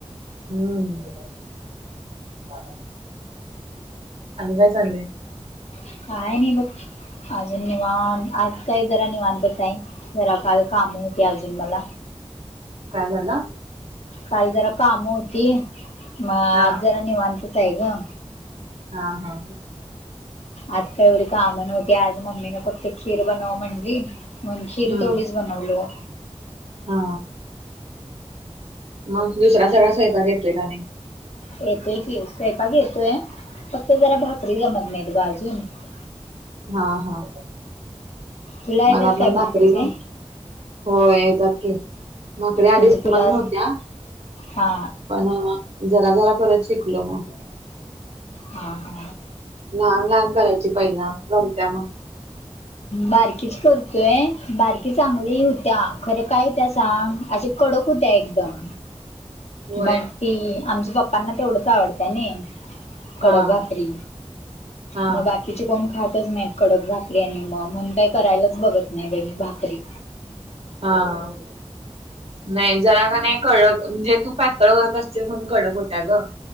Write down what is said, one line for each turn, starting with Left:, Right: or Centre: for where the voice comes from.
Right: हम्म मग आ काय चाललंय?
Left: काय नाही ब अजून निवान आज. काही जरा नाही म्हांतच नाही जरा का काम होते अजून मला
Right: काय झालं?
Left: काल जरा काम होती म आज
Right: हां.
Left: जरा वांतच आहे का?
Right: हा हा.
Left: आता का एवढी कामण होती आज मम्मीने फक्त खीर बनव म्हणली म्हणून खीर
Right: हा
Left: तेोडीच. बनलो.
Right: हा मग दुसरा्या सगळ्या स्वयपा घेतो का नाही.
Left: येतोय की स्वैंपाक येतोय फक्त जरा भाकरी जमत नाहीत बाजून ह.
Right: हा हा
Left: तुला येतात
Right: मला
Left: काय
Right: पण भाकरी घण.
Left: ते
Right: होय येतात की भाकररी आधी
Left: म्हणजे
Right: समज
Left: तुला
Right: नव्हत्या.
Left: हा
Right: ना जरा जरा कररात शिकलो मग
Left: हा हा.
Right: लहान लहान करायची पहिला रमत्या मग
Left: बारकीच करतोय बारकी चांगली होत्या खरं काय? त्या सांग असे कडक होत्या एकदम
Right: होय
Left: मग ती आमच्या पप्पांना तेवढंच आवडतंय ना. कडकबाफरी
Right: हा हा
Left: मग बाकी तिचे कोण खातच नाहीत कडक भाकरी आणि मग म्हण काही करायलाच बघत नाही बेी भाकरी
Right: हा. नाही जरा का नाही कडक म्हणजे तू पातळ करत असतील म्हणून कडक होता ग.